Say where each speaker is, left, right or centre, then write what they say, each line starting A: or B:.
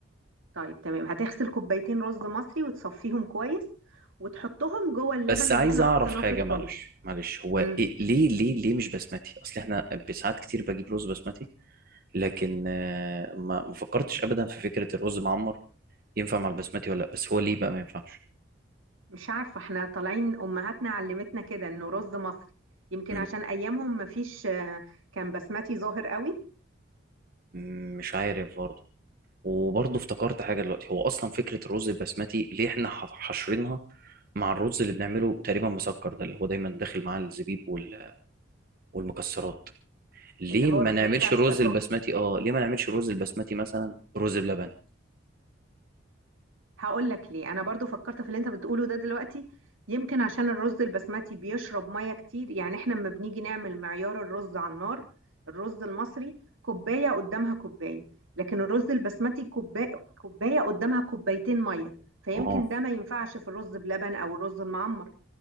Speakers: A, on the right; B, on the right.
A: طيب تمام هتغسل كوبايتين رز مصري وتصفيهم كويس وتحطهم جوه اللبن
B: بس عايز
A: اللي احنا
B: اعرف
A: حطيناه
B: حاجه
A: في الطاجن
B: معلش معلش هو
A: مم.
B: إيه ليه ليه ليه مش بسمتي اصل احنا بساعات كتير بجيب رز بسمتي لكن آه، ما ما فكرتش ابدا في فكره الرز معمر ينفع مع البسمتي ولا لا بس هو ليه بقى ما ينفعش
A: مش عارفة احنا طالعين أمهاتنا علمتنا كده إنه رز مصري يمكن
B: مم.
A: عشان أيامهم مفيش آه، كان بسمتي ظاهر قوي
B: مم، مش عارف برضه وبرضه افتكرت حاجه دلوقتي هو اصلا فكره الرز البسمتي ليه احنا ح- حاشرينها مع الرز اللي بنعمله تقريبا مسكر ده اللي هو دايما داخل معاه الزبيب وال- والمكسرات ليه
A: اللي هو
B: ما
A: رز
B: نعملش
A: الكبسة
B: الرز
A: تقصد
B: البسمتي اه ليه ما نعملش الرز البسمتي مثلا رز بلبن
A: هقول لك ليه أنا برضو فكرت في اللي أنت بتقوله ده دلوقتي يمكن عشان الرز البسمتي بيشرب مية كتير يعني احنا لما بنيجي نعمل معيار الرز على النار الرز المصري كوباية قدامها كوباية لكن الرز البسمتي كوباية كوباية قدامها كوبايتين مية فيمكن
B: آه.
A: ده ما ينفعش في الرز بلبن أو الرز المعمر